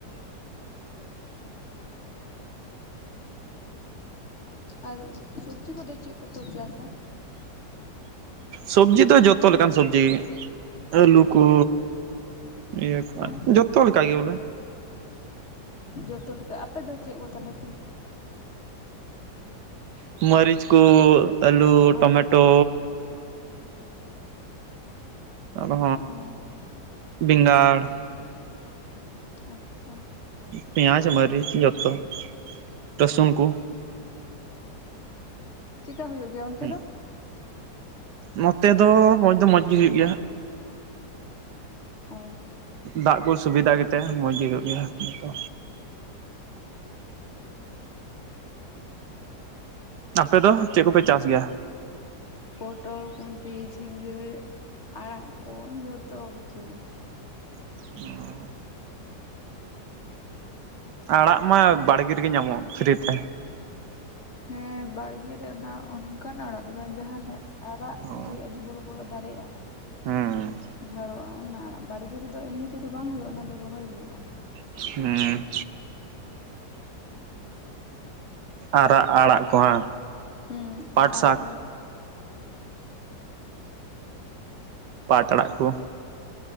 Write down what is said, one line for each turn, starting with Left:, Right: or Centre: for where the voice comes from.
Left: ᱟᱨ ᱥᱚᱵᱽᱡᱤ ᱠᱚᱫᱚ ᱪᱮᱫ ᱠᱚᱠᱚ ᱪᱟᱥᱼᱟ?
Right: ᱥᱚᱵᱽᱡᱤ ᱫᱚ ᱡᱚᱛᱚ ᱞᱮᱠᱟᱱ ᱥᱚᱵᱽᱡᱤ ᱟᱹᱞᱩ ᱠᱚ, ᱤᱭᱟᱹ ᱠᱚ
Left: ᱟᱨ
Right: ᱡᱚᱛᱚ ᱞᱮᱠᱟ ᱜᱮ ᱵᱚᱞᱮ᱾
Left: ᱡᱚᱛᱚ ᱞᱮᱠᱟ ᱟᱯᱮᱫᱚ ᱪᱮᱫ ᱠᱚ ᱛᱟᱦᱚᱞᱮ ᱯᱮ
Right: ᱦᱩᱸ ᱢᱟᱹᱨᱤᱪ ᱠᱚ, ᱟᱹᱞᱩ ᱴᱚᱢᱮᱴᱳ
Left: ᱚ
Right: ᱟᱨᱚ
Left: ᱟ
Right: ᱵᱮᱸᱜᱟᱲ
Left: ᱟᱪᱪᱷᱟ᱾
Right: ᱯᱤᱭᱟᱡᱽ, ᱢᱟᱹᱨᱤᱪ ᱡᱚᱛᱚ ᱨᱟᱥᱩᱱ ᱠᱚ᱾
Left: ᱪᱮᱠᱟ ᱦᱳᱭᱳᱜ ᱜᱮᱭᱟ ᱚᱱᱛᱮ
Right: ᱦᱮᱸ
Left: ᱫᱚ?
Right: ᱱᱚᱛᱮ ᱫᱚ ᱢᱚᱡᱽ ᱫᱚ ᱢᱚᱡᱽ ᱜᱮ ᱦᱩᱭᱩᱜ ᱜᱮᱭᱟ ᱦᱟᱸᱜ᱾
Left: ᱚ
Right: ᱫᱟᱜ ᱠᱚ ᱥᱩᱵᱤᱫᱷᱟ ᱜᱮᱛᱮ ᱢᱚᱡᱽ ᱜᱮ ᱦᱩᱭᱩᱜ ᱜᱮᱭᱟ ᱡᱚᱛᱚ᱾ ᱟᱯᱮ ᱫᱚ ᱪᱮᱫ ᱠᱚᱯᱮ ᱪᱟᱥ ᱜᱮᱭᱟ?
Left: ᱯᱚᱴᱚᱞ ᱠᱩᱱᱫᱨᱤ ᱡᱷᱤᱸᱜᱟᱹ ᱟᱲᱟᱜ ᱠᱚ ᱡᱷᱚᱛᱚ ᱠᱤᱪᱷᱩ ᱜᱮ᱾
Right: ᱚᱻ ᱟᱲᱟᱜ ᱢᱟ ᱵᱟᱲᱜᱮ ᱨᱮᱜᱮ ᱧᱟᱢᱚᱜ ᱯᱷᱤᱨᱤ ᱛᱮ᱾
Left: ᱦᱮᱸ ᱵᱟᱲᱜᱮ ᱨᱮ ᱚᱱᱟ ᱚᱱᱠᱟᱱ ᱟᱲᱟᱜ ᱫᱚ ᱵᱟᱝ ᱡᱟᱦᱟᱸ ᱚᱱᱮ ᱟᱨᱟᱜ
Right: ᱚ
Left: ᱜᱮ ᱟᱹᱰᱤ ᱵᱚᱲᱚ ᱵᱚᱲᱚ ᱫᱟᱨᱮᱜᱼᱟ᱾
Right: ᱦᱩᱸ
Left: ᱡᱷᱟᱲᱚᱜᱼᱟ ᱚᱱᱟ ᱟᱲᱟᱜ ᱵᱟᱲᱜᱮ ᱨᱮᱫᱚ ᱮᱢᱱᱤ ᱛᱮᱫᱚ ᱵᱟᱝ ᱦᱩᱭᱩᱜᱼᱟ ᱚᱱᱟ ᱫᱚ ᱨᱚᱦᱚᱭ ᱦᱩᱭᱩᱜᱼᱟ᱾
Right: ᱦᱮᱸ᱾ ᱟᱨᱟᱜ ᱟᱲᱟᱜ ᱠᱚ ᱦᱟᱸ᱾
Left: ᱦᱩᱸ
Right: ᱯᱟᱴ
Left: ᱟᱨᱟᱜ
Right: ᱥᱟᱠ
Left: ᱜᱮ ᱡᱟ
Right: ᱯᱟᱴ ᱟᱲᱟᱜ ᱠᱚ